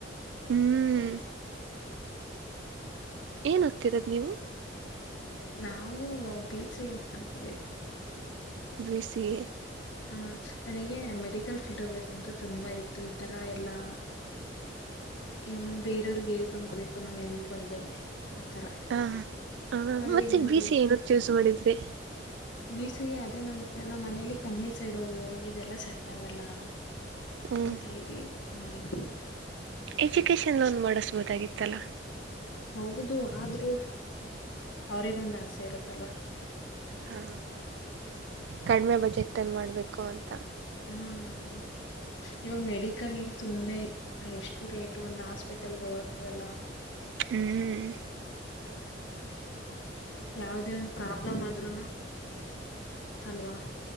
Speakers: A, on the right; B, on the left.
A: ಹ್ಮ್ ಏನ್ ಆಗ್ತಿರೋದ ನೀವು
B: ನಾವು ಬಿ ಸಿ ಎ ಮಾಡ್ತಿದ್ದವಿ
A: ಬಿಸಿಿ
B: ಹ್ಮ ನನಗೆ ಮೆಡಿಕಲ್ ಫೀಲ್ಡ್ ಹೋಗಬೇಕುಂತ ತುಂಬಾ ಇತ್ತು ಈತರ ಎಲ್ಲಾ ಎ ಬೇರೆಯವ್ರಗ್ ಹೇಳ್ಕನ್ಕೋಬೇಕು ನಮ್ ಎಲ್ತ್ ಬಗ್ಗೆ ಆತರ
A: ಹ ಹ
B: ಆದ್ರೆ
A: ಮತ್ತೆ
B: ಏನ್ ಮಾಡ್ಲಿ
A: ಬಿ ಸಿ ಏನ ಚ್ಯೂಸ್ ಮಾಡಿದ್ರಿ
B: ಬೀಸಿಗೆ ಅದೇ ನ ನಮ್ಮ ಮನೇಲಿ ಕಮ್ಮಿಸ ಇೋಗು ಇದೆಲ್ಲಾ ಸೆಟ್ ಆಗಲ್ಲ
A: ಹ್ಮ್
B: ಂತ ಇರಿ ಮಾಡಿರು
A: ಎಜುಕೇಶನ್ ಲೋನ್ ಮಾಡಿಸಬೋದಾಗಿತ್ತಲ್ಲ
B: ಹೌದು ಆದ್ರೂ ಅವ್ರಗೊಂದ ಆಸೆ ಇರುತ್ತಲ್
A: ಹಾ ಕಡಿಮೆ ಬಜೆಟಲ್ಲಿ ಮಾಡಬೇಕು ಅಂತ
B: ಹ್ಮ್ ಇವಾಗ ಮೆಡಿಕಲ್ನ್ ಸುಮ್ನೆ ಎಷ್ಟು ರೇಟ್ ಒಂದ್ ಹಾಸ್ಪಿಟಲ್ಗೆ ಹೋಗಕ್ಾಗಲ್ಲ
A: ಹ್ಮ್್ಮ
B: ಯಾವ್ದೇ ಒಂದ ಪ್ರಾಬ್ಲಮ್ ಆದ್ೂನು ಅಲ್ವಾ